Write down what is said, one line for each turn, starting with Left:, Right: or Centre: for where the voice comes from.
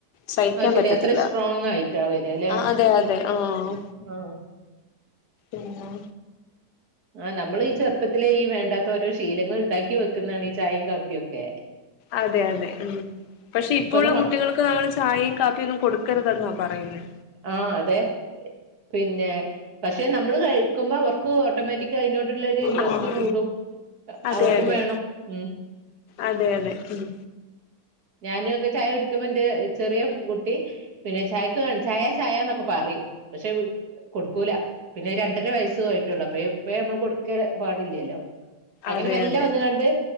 Left: സഹിക്കാൻ
Right: അത് ശരി
Left: പറ്റത്തില്ല
Right: അത്ര സ്ട്രോങ് ആയിട്ടാ വരാ അല്ലെ
Left: ആ അതെ അതെ ആഹ്
Right: ആഹ്
Left: ആഹ്
Right: ആ നമ്മള് ഈ ചെറുപ്പത്തിലെ ഈ വേണ്ടാത്ത ഓരോ ശീലങ്ങൾ ഉണ്ടാക്കി വെ ക്കുന്നതാണ് ഈ ചായയും കാപ്പിയുമൊക്കെ
Left: അതെ അതെ ഉം പക്ഷെ
Right: ഇപ്പത്തെ
Left: ഇപ്പ ഉള്ള
Right: മക്ക
Left: കുട്ടികൾക്ക് നമ്മള് ചായയും കാപ്പിയും ഒന്നും കൊടുക്കരുതെന്നാ പറയുന്നേ
Right: ആഹ് അതെ പിന്നെ പക്ഷെ നമ്മള് കഴി ക്കുമ്പോ അവർക്ക് ഓട്ടോമാറ്റിക്ക് അതിനോടുള്ള ഒരു ഇൻട്രസ്റ്റ്
Left: ആഹ്
Right: കൂടും
Left: അതെ
Right: അവർക്കും
Left: അതെ
Right: വേണം ഉം
Left: അതെ അതെ ഉം
Right: ഞാനും ഒക്കെ ചായ കുടിക്കുമ്പോ എന്റെ ചെറിയ കുട്ടി പിന്നെ ചായക്ക് ചായ ചായാന്നൊക്കെ പറയും പക്ഷെ കൊടുക്കൂല പിന്നെ രണ്ടര വയസ്സു ആയിട്ടുള്ളൂ അപ്പൊ ഇപ്പേ നമ്മള് കൊടുക്ക പാടില്ലല്ലോ അങ്ങനെ
Left: അതെ
Right: മെല്ലെ
Left: അതെ
Right: വന്നങ്ങാണ്ട്